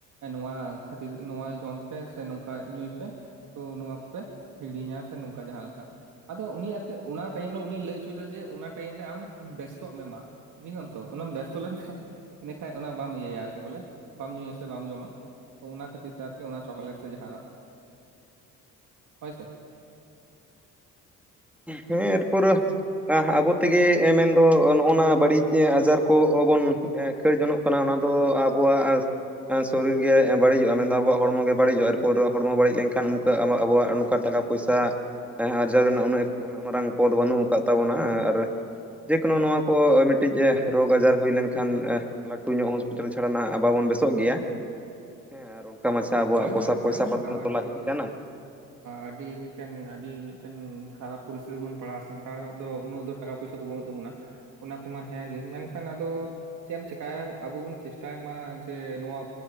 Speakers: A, on the right; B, in the centre.
A: ᱱᱚᱣᱟ ᱠᱷᱟᱹᱛᱤᱨ ᱱᱚᱣᱟ ᱡᱚᱢ ᱯᱮ ᱥᱮ ᱱᱚᱝᱠᱟ ᱧᱩᱭ ᱯᱮ ᱛᱚ ᱱᱚᱣᱟ ᱠᱚ ᱯᱮ ᱦᱤᱲᱤᱧᱟ ᱥᱮ ᱱᱚᱝᱠᱟ ᱡᱟᱦᱟᱸ ᱞᱮᱠᱟ ᱾ ᱟᱫᱚ ᱩᱱᱤ ᱟᱨᱠᱤ ᱚᱱᱟ ᱴᱟᱭᱤᱢ ᱨᱮ ᱩᱱᱤ ᱞᱟᱹᱭ ᱦᱚᱪᱚᱭᱮᱫᱟ ᱡᱮ ᱚᱱᱟ ᱴᱟᱭᱤᱢ ᱨᱮ ᱟᱢ ᱵᱮᱥᱛᱚᱜ ᱢᱮ ᱢᱟ ᱾ ᱵᱩᱡᱷᱫᱟᱢ ᱛᱚ ᱚᱱᱟᱢ ᱵᱮᱥᱛᱚ ᱞᱮᱱᱠᱷᱟᱱ ᱤᱱᱟᱹ ᱠᱷᱟᱡ ᱚᱱᱟ ᱵᱟᱢ ᱤᱭᱟᱹᱭᱟ ᱟᱨᱠᱤ ᱵᱚᱞᱮ ᱵᱟᱢ ᱧᱩᱭᱟ ᱥᱮ ᱵᱟᱢ ᱡᱚᱢᱟ ᱾ ᱛᱚ ᱚᱱᱟ ᱠᱷᱟᱹᱛᱤᱨ ᱛᱮ ᱟᱨᱠᱤ ᱚᱱᱟ ᱪᱚᱠᱞᱮᱴ ᱥᱮ ᱡᱟᱦᱟᱱᱟᱜ ᱦᱳᱭ ᱥᱮ ᱾
B: ᱦᱮᱸ ᱮᱨ ᱯᱩᱨᱟᱹ ᱾ ᱟ ᱟᱵᱚ ᱛᱮᱜᱮ ᱮᱢᱮᱱ ᱫᱚ ᱱᱚᱜᱼᱱᱟ ᱵᱟᱹᱲᱤᱡ ᱟᱡᱟᱨ ᱠᱚᱦᱚᱸ ᱵᱚᱱ ᱠᱟᱹᱭ ᱡᱚᱱᱚᱜ ᱠᱟᱱᱟ ᱚᱱᱟ ᱫᱚ ᱟᱵᱚᱣᱟᱜ ᱟᱨ ᱥᱚᱨᱤᱨ ᱜᱮ ᱵᱟᱹᱲᱤᱡᱚᱜᱼᱟ, ᱢᱮᱱᱫᱟ ᱟᱵᱚᱣᱟᱜ ᱦᱚᱲᱢᱚ ᱜᱮ ᱵᱟᱹᱲᱤᱡᱚᱜᱼᱟ, ᱮᱨ ᱯᱚᱨ ᱦᱚᱲᱢᱚ ᱵᱟᱹᱲᱤᱡ ᱞᱮᱱᱠᱷᱟᱱ ᱩᱱᱠᱟ ᱟᱢᱟᱜ ᱟᱵᱚᱣᱟᱜ ᱱᱚᱝᱠᱟ ᱴᱟᱠᱟ ᱯᱚᱭᱥᱟ ᱟᱨᱡᱟᱣ ᱨᱮᱱᱟᱜ ᱩᱱᱟᱹ, ᱩᱱᱟᱹᱜ ᱢᱟᱨᱟᱝ ᱯᱚᱫᱽ ᱵᱟᱹᱱᱩᱜ ᱟᱠᱟᱫ ᱛᱟᱵᱚᱱᱟ ᱟᱨ ᱡᱮ ᱠᱳᱱᱳ ᱱᱚᱣᱟ ᱠᱚ ᱢᱤᱫᱴᱤᱡ ᱮᱸ ᱨᱳᱜᱽ ᱟᱸᱡᱟᱨ ᱦᱩᱭ ᱞᱮᱱ ᱠᱷᱟᱱ ᱮᱸ ᱞᱟᱹᱴᱩ ᱧᱚᱜ ᱦᱚᱸᱥᱯᱤᱴᱟᱞ ᱪᱷᱟᱲᱟ ᱱᱟᱦᱸᱜ ᱵᱟᱵᱚᱱ ᱵᱮᱥᱚᱜ ᱜᱮᱭᱟ ᱦᱮᱸ ᱟᱨ ᱚᱱᱠᱟ ᱢᱟᱪᱷᱟ ᱟᱵᱚᱣᱟᱜ
A: ᱦᱳᱭ,
B: ᱯᱚᱭᱥᱟ
A: ᱦᱳᱭ, ᱦᱳᱭ,
B: ᱯᱚᱭᱥᱟ
A: ᱚᱝᱠᱟ
B: ᱯᱟᱹᱛᱤ ᱦᱚᱸᱛᱚ
A: ᱢᱟ᱾ ᱴᱷᱤᱠ
B: ᱞᱟᱹᱠᱛᱤ
A: ᱜᱮ
B: ᱠᱟᱱᱟ
A: ᱟᱹᱰᱤ ᱢᱤᱫᱴᱮᱱ, ᱟᱹᱰᱤ ᱢᱤᱫᱴᱮᱱ, ᱠᱷᱟᱨᱟᱯ ᱯᱚᱨᱤᱥ ᱨᱮᱵᱚᱱ ᱯᱟᱲᱟᱜᱼᱟ᱾ ᱥᱟᱱᱛᱟᱲ ᱦᱚᱲ ᱫᱚ ᱩᱱᱟᱹᱜ ᱫᱚ ᱴᱟᱠᱟ ᱯᱚᱭᱥᱟᱹ ᱠᱚ ᱵᱟᱹᱱᱩᱜ ᱛᱟᱵᱚᱱᱟ᱾ ᱚᱱᱟ ᱠᱚᱢᱟ ᱦᱮᱸ ᱜᱮ᱾ ᱢᱮᱱᱠᱷᱟᱱ ᱟᱫᱚ ᱪᱮᱫ ᱮᱢ ᱪᱤᱠᱟᱭᱟ᱾ ᱟᱵᱚ ᱵᱚᱱ ᱪᱮᱥᱴᱟᱭ ᱢᱟ ᱡᱮ ᱱᱚᱣᱟ